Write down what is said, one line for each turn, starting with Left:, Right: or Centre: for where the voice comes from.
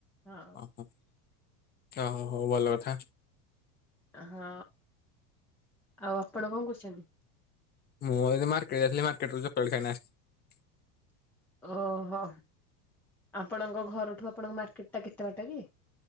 Centre: ହଁ।
Left: ଓହୋ ଓହୋ ହଉ ଭଲ କଥା
Centre: ହଁ ଆଉ ଆପଣ କଣ କରୁଛନ୍ତି?
Left: ମୁଁ ଏଇ ତ ମାର୍କେଟ ଯାଇଥିଲି ମାର୍କେଟରୁ ଚକିଲେଟ୍ ଖାଇକିନା ଆସିଥିଲି।
Centre: ଓହୋ ଆପଣଙ୍କ ଘରଠୁ ଆପଣଙ୍କ ମାର୍କେଟ ଟା କେତେ ବାଟ କି?